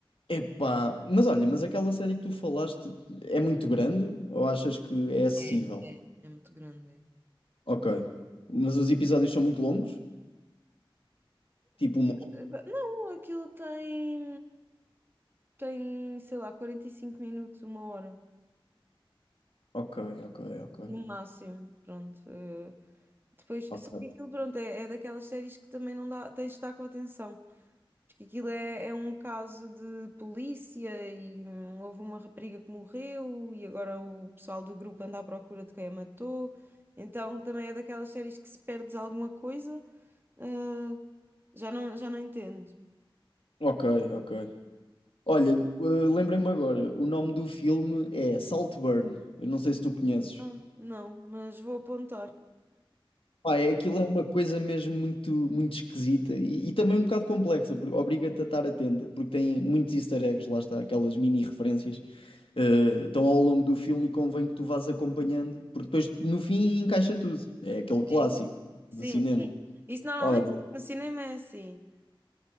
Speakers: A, on the left; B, on the right.
A: Epá, mas olha, mas aquela série que tu falaste é muito grande ou achas que é acessível?
B: É. É muito grande. é.
A: Ok. Mas os episódios são muito longos? Tipo uma...
B: Eh, pá, Não, aquilo tem, tem, sei lá, 45 minutos, uma hora,
A: Ok, ok, ok,
B: no máximo, pronto. eh, depois,
A: ok.
B: só que aquilo, pronto, é, é daquelas séries que também não dá, tens de estar com atenção. Porque aquilo é, é um caso de polícia e hum, houve uma rapariga que morreu e agora o pessoal do grupo anda à procura de quem a matou. Então também é daquelas séries que se perdes alguma coisa, ah, já não, já não entendes.
A: Ok, ok. Olha, eh, lembrei-me agora, o nome do filme é Saltburn. Eu não sei se tu conheces.
B: Ah, não, mas vou apontar.
A: Pá, é, aquilo é uma coisa mesmo muito, muito esquisita e, e também um bocado complexa, porque obriga-te a estar atenta, porque tem muitos easter eggs, lá está, aquelas mini referências. Eh, então, ao longo do filme, convém que tu vás acompanhando, porque depois no fim encaixa tudo. É aquele clássico
B: Sim, sim.
A: do cinema.
B: Sim. Isso normalmente
A: Olha,
B: no cinema é assim.